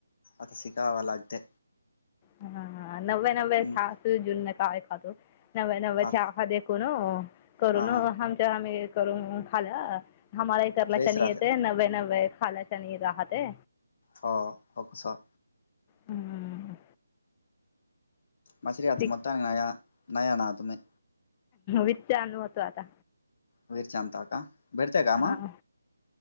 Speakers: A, on the left; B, on the left.
A: आता शिकावा लागते
B: हा हा नव्या नव्या
A: हम्म
B: सासू जुन्या काय खातो नव्या नव्या
A: आ
B: चहा देत कोणो करून
A: हा
B: आमच्या अमित करून खाल्लं आम्हाला इतर लक्षणी
A: बेस राहते
B: येते नवे नवे त खालाच्यानी राहते
A: हो होक सा
B: हम्म
A: मशरियात
B: ठीक
A: मता नयाना तमे
B: विच ानू होत आता
A: वरचांता का बडते कामा
B: अं,